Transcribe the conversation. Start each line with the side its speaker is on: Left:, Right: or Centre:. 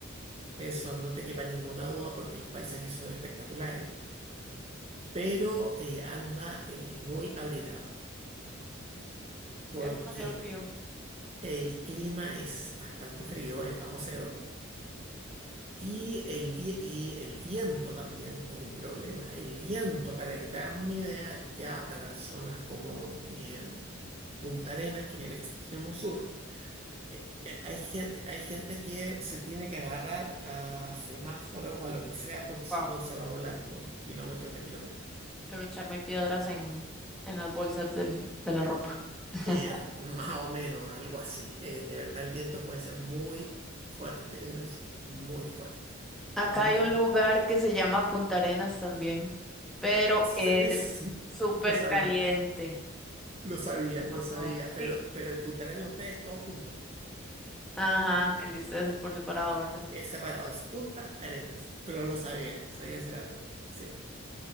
Right: de eso no te quepa ninguna duda porque los paisajes son espectaculares, pero eh, anda eh, muy abrigada porque
Centre: Es demasiado frío.
Right: el clima es bastante frío, es bajo cero Y el, vie- y el viento también es un problema. El viento, para que te hagas una idea, ya para zonas como eh, Punta Arenas, que es el extremo sur, eh, eh, hay, ge- hay gente que se tiene que agarrar a semáforos o a lo que sea, porque si
Centre: Wow.
Right: no se va volando kilómetros de kilómetros.
Centre: Tengo que echarme piedras en, en las bolsas del- de la ropa. <laughs>
Right: Eh, más o menos, algo así. Eh, de verdad, el viento puede ser muy fuerte en el sur, muy fuerte.
Centre: Acá
Right: Muy.
Centre: hay un lugar que se llama Punta Arenas también, pero
Right: Sí,
Centre: es
Right: sí,
Centre: súper
Right: lo sabía.
Centre: caliente.
Right: Lo sabía, lo sabía,
Centre: No,
Right: pero,
Centre: sí.
Right: pero el puntaral de ustedes todo junto.
Centre: Ajá, el disfraz es por separado, ¿verdad?
Right: Es separado, es Punta Arenas. Pero no lo sabía, sabía ese dato. Sí.